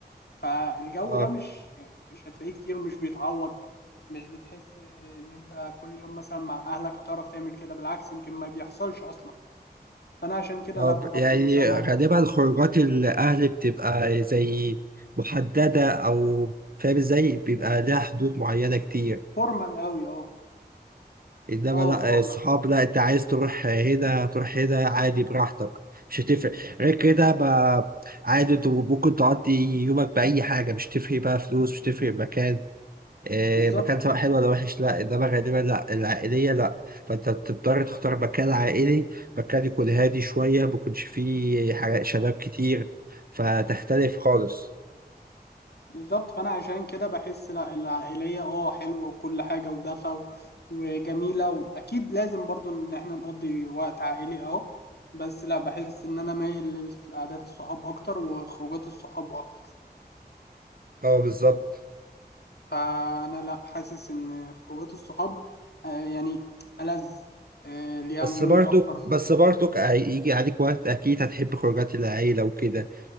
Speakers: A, on the left (about 75°); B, on the right (about 60°).
A: فالجو
B: اه
A: ده مش يعني مش هتلاقيه كتير ومش بيتعوض مش بتحس ان انت كل يوم مثلا مع اهلك هتعرف تعمل كده بالعكس يمكن ما بيحصلش اصلا فانا عشان كده
B: اه
A: لا بفضل
B: يعني
A: مثلا
B: غالبا
A: عدد الصحاب
B: خروجات الأهل بتبقى زي محددة أو فاهم ازاي بيبقى لها حدود معينة كتير
A: فورمال قوي اه
B: إنما
A: اه
B: لا
A: فورمال
B: الصحاب لا أنت عايز تروح هنا تروح هنا عادي براحتك مش هتفرق غير كده ما عادي أنت ممكن تقضي يومك بأي حاجة مش تفرق بقى فلوس مش تفرق مكان إيه،
A: بالظبط
B: مكان سواء حلو ولا وحش لا انما غالبا لا العائليه لا فانت بتضطر تختار مكان عائلي مكان يكون هادي شويه ما يكونش فيه حاجة- شباب كتير فتختلف خالص
A: بالظبط فانا عشان كده بحس لا العائليه اه حلوه وكل حاجه ودفى و- وجميله واكيد لازم برضو ان احنا نقضي وقت عائلي اه بس لا بحس ان انا مايل لقعدات الصحاب اكتر وخروجات الصحاب اكتر
B: اه بالظبط
A: فانا لا حاسس ان خروجات الصحاب آه، يعني ألذ آه، ليها
B: بس
A: ميول
B: برضك
A: اكتر
B: بس برضك هيجي عليك وقت اكيد هتحب خروجات العيله وكده